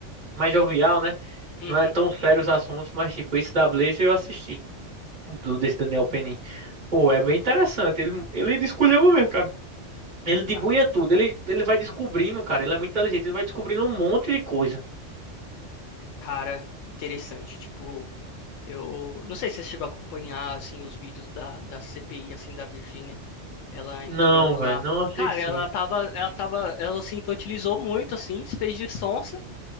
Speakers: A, on the right; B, on the left.
A: mais jovial, né?
B: Uhum,
A: Não é tão sério os assuntos, mas, tipo, esse da Blaze eu assisti, do, desse Daniel Penin. Pô, é bem interessante. Ele, ele desculhamba mesmo, cara. Ele debuia
B: tá.
A: tudo. Ele, ele vai descobrindo, cara. Ele é muito inteligente. Ele vai descobrindo um monte de coisa.
B: Cara, interessante, tipo, eu não sei se você chegou a acompanhar, assim, os vídeos da, da CPI, assim, da Virgínia. Ela
A: Não,
B: entrando
A: velho,
B: lá.
A: não assisti.
B: Cara, ela tava, ela tava, ela se infantilizou muito, assim, se fez de sonsa.